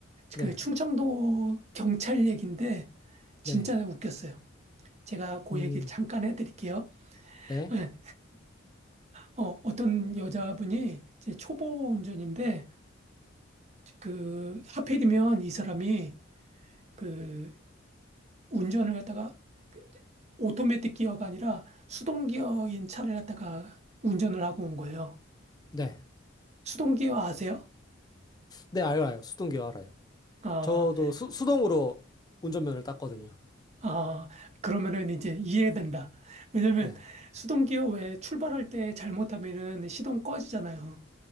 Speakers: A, on the left; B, on the right.
A: 네,
B: 그 충청도 경찰 얘기인데 진짜
A: 네,
B: 웃겼어요. 제가 그
A: 음,
B: 얘기를 잠깐 해드릴게요.
A: 네,
B: 예. 어, 어떤 여자분이 이제 초보 운전인데 그 하필이면 이 사람이 그 운전을 갖다가 그- 오토매틱 기어가 아니라 수동 기어인 차를 갖다가 운전을 하고 온 거예요.
A: 네,
B: 수동 기어 아세요?
A: 네, 알아요. 수동기어 알아요.
B: 아,
A: 저도 수, 수동으로 운전면허를 땄거든요.
B: 아, 그러면은 이제 이해된다. 왜냐면
A: 네,
B: 수동 기어 왜 출발할 때 잘못하면은 시동 꺼지잖아요.